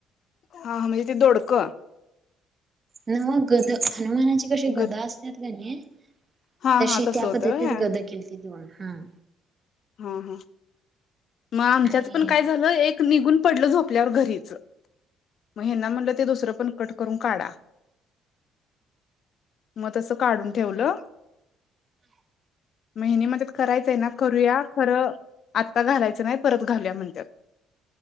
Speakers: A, on the left; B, on the right.
A: हा म्हणजे, ते दोडकं.
B: नव गद हनुमानाची कशी,
A: ग
B: गदा असतात कणी.
A: हा
B: तशी
A: हा तसं
B: त्या
A: होतं
B: पद्धतीत,
A: व्हय हा
B: गद केली त दोन हं.
A: हा हा. मग आमच्याच
B: आणि
A: पण काय झालं एक. ते निघून पडलं झोपल्यावर घरीच मग हेन्ना म्हणलं ते दुसरं पण कट करून काढा मग तसं काढून ठेवलं मग हेनी म्हणत्यात, करायचंय ना करूया. खरं आता घालायचं नाही, परत घालूया म्हणत्यात.